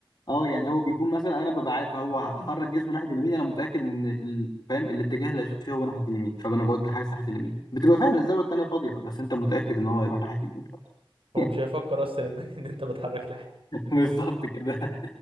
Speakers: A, on the left; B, on the right.
A: اه يعني هو بيكون مثلا انا ببقى عارف هو
B: <laughs>
A: حرك جسمه ناحية اليمين انا متأكد ان ال- فاهم الاتجاه اللي هيشوط فيه هو ناحية اليمين فانا بودي الحارس ناحية اليمين بتبقى فعلا الزاوية التانية فاضية بس انت متأكد ان هو هيروح ناحية اليمين خلاص
B: هو
A: <laughs>
B: مش هيفكر اصلا ان, إن انت بتحرك الحارس
A: بالظبط كده